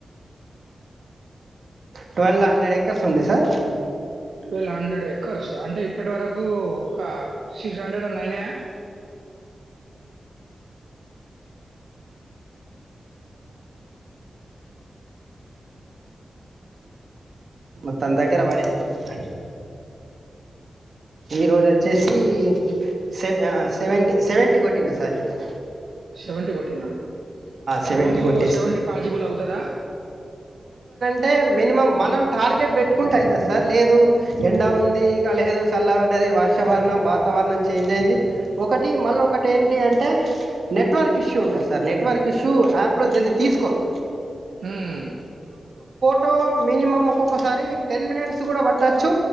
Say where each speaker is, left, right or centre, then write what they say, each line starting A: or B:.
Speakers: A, on the right (about 60°); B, on the right (about 85°).
A: ట్వల్వ్ హండ్రెడ్ ఎకర్స్ ఉంది సార్
B: ట్వల్వ్ హండ్రెడ్ ఎక్కర్స్ అంటే ఇప్పటి వరకు ఒక సిక్స్ హండ్రెడ్ అన్న అయినయా
A: మొత్తం దగ్గర పడేస్తది సర్ ఈ రోజు వచ్చేసి సెవ సెవెంటీ సెవెంటీ కొట్టినా సార్ ఈ రోజు
B: సెవెంటీ కొట్టినారు
A: సెవెంటీ
B: రోజు
A: కొట్టేసి
B: సెవెంటీ పాజిబుల్ అవుతదా
A: అంటే మినిమం మనం టార్గెట్ పెట్టుకుంటే అయితది సార్ లేదు ఎండ ఉంది ఇక లేదు చల్ల పడ్డది వర్షవరణం వాతావరణం చేంజ్ అయింది ఒకటి మళ్ళ ఒకటి ఏంటి అంటే నెట్వర్క్ ఇష్యూ ఉంటది సార్ నెట్వర్క్ ఇష్యూ యాప్లో జల్ది తీసుకోదు
B: మ్
A: టో మినిమం ఒక్కొక్కసారి టెన్ మినిట్స్ కూడ పట్టొచ్చు